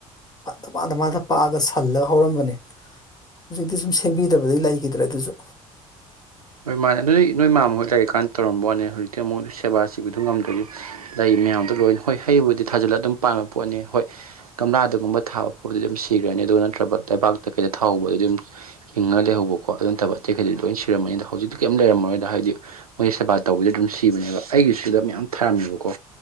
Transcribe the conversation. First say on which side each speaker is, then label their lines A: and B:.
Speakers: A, on the left (about 20°); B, on the right (about 85°).
A: ꯄ ꯇ ꯃꯥꯟꯗ ꯃꯥꯟꯗ ꯄꯥꯛꯑꯒ ꯁꯜꯂꯒ ꯍꯧꯔꯝꯕꯅꯦ ꯍꯧꯖꯤꯛꯇꯤ ꯁꯨꯝ ꯁꯦꯝꯕꯤꯗꯕꯗꯩ ꯂꯩꯒꯤꯗ꯭ꯔꯦ ꯑꯗꯨꯁꯨ
B: ꯍꯣꯏ ꯃꯥꯅꯦ ꯑꯗꯨꯗꯤ ꯅꯣꯏ ꯃꯥꯝꯃ ꯍꯣꯏ ꯂꯩꯔꯤꯀꯥꯟꯗ ꯇꯧꯔꯝꯕ ꯋꯥꯅꯦ ꯍꯧꯖꯤꯛꯇꯤ ꯑꯃꯨꯛ ꯁꯦꯕꯥ ꯁꯤꯕꯗꯨ ꯉꯝꯗꯔꯗꯤ ꯂꯩ ꯃꯌꯥꯝꯗꯣ ꯂꯣꯏ ꯍꯣꯏ ꯍꯩꯕꯨꯗꯤ ꯊꯥꯖꯤꯜꯂꯒ ꯑꯗꯨꯝ ꯄꯥꯟꯕ ꯄꯣꯠꯅꯤ ꯍꯣꯏ ꯒꯝꯂꯥ ꯗꯒꯨꯝꯕ ꯊꯥꯕ ꯄꯣꯠꯁꯤꯗꯤ ꯑꯗꯨꯝ ꯁꯤꯈ꯭ꯔꯅꯤ ꯑꯗꯨꯗ ꯅꯠꯇ꯭ꯔꯕ ꯂꯩꯕꯥꯛꯇ ꯀꯩꯗ ꯊꯥꯍꯧꯕꯗ ꯑꯗꯨꯝ ꯍꯤꯡꯉꯒ ꯂꯩꯍꯧꯕꯀꯣ ꯑꯗꯨ ꯅꯠꯇꯕ ꯑꯇꯩꯩꯗꯤ ꯂꯣꯏ ꯁꯤꯔꯝꯃꯅꯤ ꯍꯧꯖꯤꯛ ꯀꯝ ꯂꯩꯔꯝꯃꯔꯣꯏꯗ ꯍꯥꯏꯗꯤ ꯃꯣꯏ ꯁꯦꯕꯥ ꯇꯧꯕꯤꯗꯗꯤ ꯑꯗꯨꯝ ꯁꯤꯕꯅꯦꯕ ꯑꯩꯒꯤꯁꯤꯗ ꯃꯌꯥꯝ ꯊꯔꯝꯃꯦꯕꯀꯣ